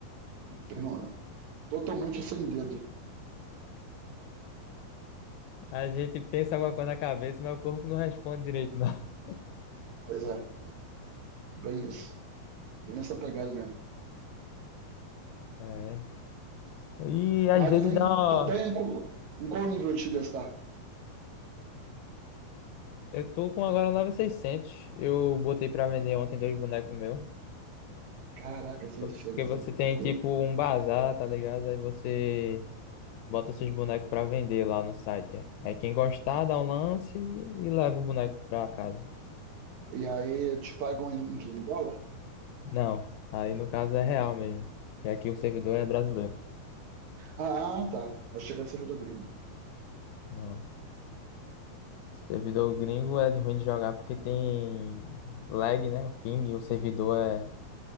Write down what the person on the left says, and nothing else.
A gente pensa alguma coisa na cabeça, mas o corpo não responde direito, não. <laughs>
É. E às
vezes
dá uma...
Eu tô com agora um 9600. Eu botei pra vender ontem dois bonecos meus.
Porque você
tem
tipo um bazar, tá ligado? Aí você bota seus bonecos pra vender lá no site. Aí quem gostar dá um lance e leva o boneco pra casa.
Não, aí no caso é real mesmo, que aqui o servidor é brasileiro.
Não. Servidor gringo é ruim de jogar porque tem lag, né? O ping, o servidor é